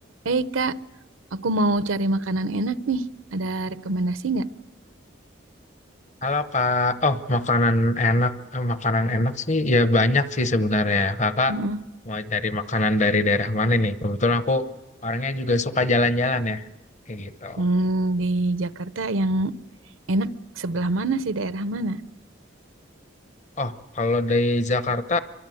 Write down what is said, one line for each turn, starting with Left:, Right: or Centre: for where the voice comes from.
Right: Hei Kak, aku mau cari makanan enak nih. Ada rekomendasi nggak?
Left: Halo Kak, oh makanan enak, Eh, makanan enak sih ya banyak sih sebenarnya. Kakak
Right: Mm-mm.
Left: mau dari makanan dari daerah mana nih? Kebetulan aku orangnya juga suka jalan-jalan ya, kayak gitu.
Right: Hmm, di Jakarta yang enak sebelah mana sih, daerah mana?
Left: Oh kalau dari Jakarta,